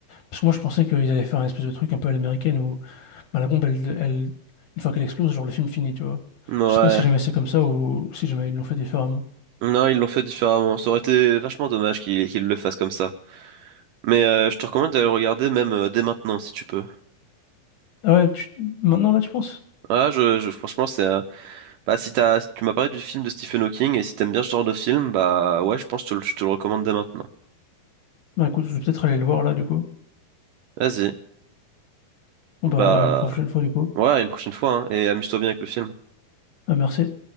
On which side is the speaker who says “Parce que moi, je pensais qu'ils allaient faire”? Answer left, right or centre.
Left